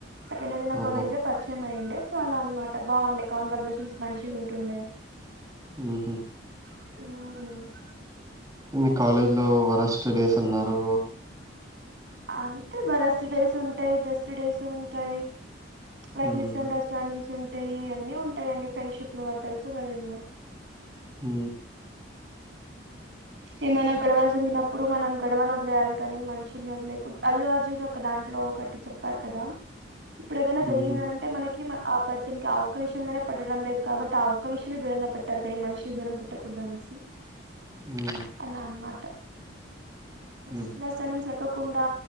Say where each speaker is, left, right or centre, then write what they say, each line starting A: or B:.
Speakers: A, on the right (about 65°); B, on the right (about 20°).
A: సెకండే నే నాకు
B: ఓహో
A: కాలేజ్ లో పరిచయమయిండు ఎ సొ అలా అనమాట బాగుండే కన్వర్జేషన్స్ మంచి ఉంటుండే
B: ఊహు
A: ఊ
B: మీ కాలేజ్ లో వరస్ట్ డేస్ అన్నారు
A: అంతే మరెస్ట్ డేస్ ఉంటాయి బెస్ట్ డేస్ ఉంటాయి లైక్
B: హ్మ్
A: మిస్ అండర్స్టాండింగ్స్ ఉం అంటే ఇవన్నీ ఉంటాయిండి ఫ్రెండ్షిప్ లో తెలుసు కదా ఇంగ
B: ఊ
A: ఏమన్నా గోడవ జరిగినప్పుడు మనం గో డవను వదిలేయాలి కాని మనుషుల్ని వదిలేకుడా అల్లు అర్జున్ ఒక దాంట్లో ఒకటి చెప్పారు కదా ఇప్పుడు ఏదైనా జరిగింద
B: ఊహు
A: అనింటే మనకి ఆ పర్సన్ కి ఆ ఒక్క విషయంలోనా పట్టడం లేదు కాబట్టి ఆ ఒక్క విషయమ దూరంగా పెట్టాలి కానీ మనిషికి దూరం పెట్టకూడదు అనేసి
B: హ్మ్
A: అలా అనమాట ఈ
B: హ్మ్
A: సీనియర్ సన్నింగ్ ఎక్కో కుండా